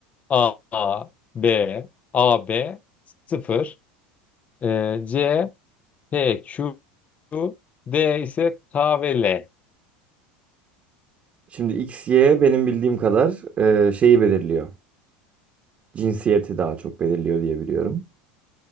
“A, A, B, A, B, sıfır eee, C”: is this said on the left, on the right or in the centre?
Left